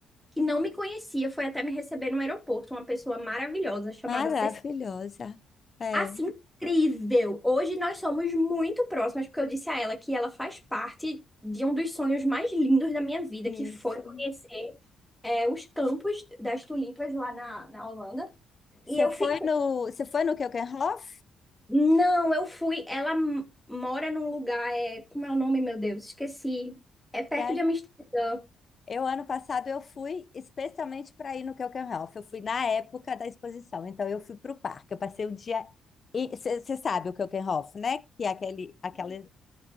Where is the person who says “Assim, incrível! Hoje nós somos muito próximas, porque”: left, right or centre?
Centre